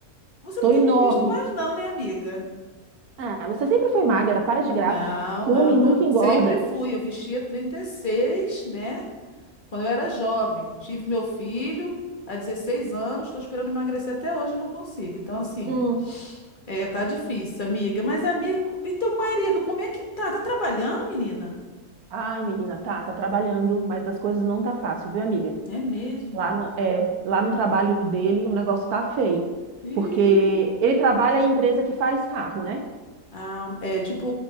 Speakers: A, on the left; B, on the right.
A: você
B: Tô
A: não tem
B: enorme.
A: me visto mais não, né, amiga?
B: Ah, você sempre foi magra, para
A: Não,
B: de graça. Come
A: não,
B: e
A: não.
B: nunca engorda.
A: Sempre fui. Eu vestia 36, né? Quando eu era jovem. Tive meu filho há 16 anos, tô esperando emagrecer até hoje, e não consigo. Então, assim,
B: Hum.
A: É, tá difícil, amiga. Mas, amiga, e teu marido, como é que tá? Tá trabalhando, menina?
B: Ai, menina, tá, tá trabalhando, mas as coisas não tá fácil, viu, amiga?
A: É mesmo?
B: Lá no, é, lá no trabalho dele, o negócio tá feio,
A: Ih.
B: porque ele trabalha em empresa que faz carro, né?
A: Ah, é tipo